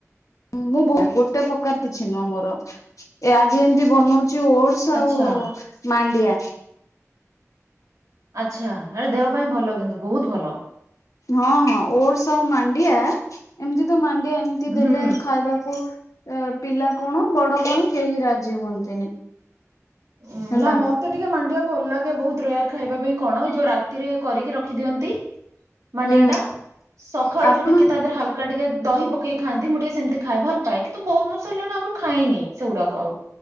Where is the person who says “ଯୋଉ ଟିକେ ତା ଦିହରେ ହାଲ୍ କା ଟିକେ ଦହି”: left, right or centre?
Right